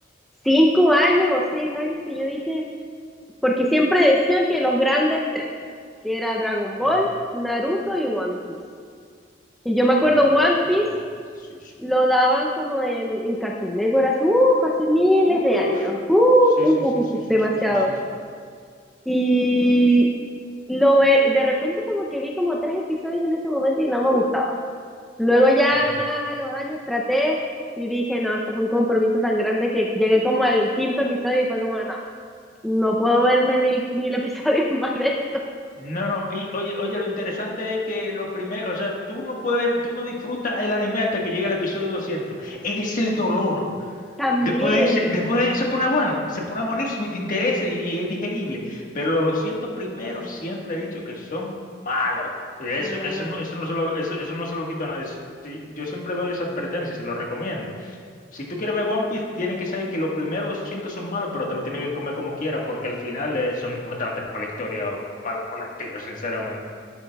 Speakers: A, in the centre; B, on the left (about 45°).
A: cinco años o seis años que yo dije, porque siempre decían que los grandes tres, que era Dragon Ball,
B: Ujú.
A: Naruto y One Piece. Y yo me
B: Dragon
A: acuerdo
B: Ball,
A: One
B: Naruto
A: Piece
B: y One Piece, sí, sí.
A: lo daban como en, en Cartoon Network hace, uf, hace miles
B: Uf,
A: de años, uf,
B: sí,
A: uf,
B: sí,
A: uf,
B: sí,
A: uf,
B: sí,
A: uf,
B: sí,
A: demasiado.
B: sí, sí, sí. sí.
A: Y lo ve, de repente como que vi como tres episodios en ese momento y no me gustaba Luego ya
B: Ujú.
A: más a los años traté y dije, no, esto es un compromiso tan grande que llegué como al quinto episodio y fue como, no, no puedo verme mil, mil episodios <laughs> más de esto.
B: No, no, y oye, oye, lo interesante es que lo primero, o sea, tú no puedes, tú no disfrutas el anime hasta que llega el episodio 200. Es el dolor.
A: También,
B: Después de ese, después de ahí se pone bueno, se pone buenísimo y te interesa y es digerible. Pero los 200 primeros siempre he dicho que son malos. Eso,
A: ah,
B: eso no, eso no se lo, eso, eso no se lo quito a nadie. Sí, yo siempre doy esa advertencia y lo recomiendo. Si tú quieres ver One Piece, tienes que saber que los primeros 200 son malos, pero te lo tienes que comer como quiera, porque al final eh, son importantes para la historia o algo por el estilo, sinceramente.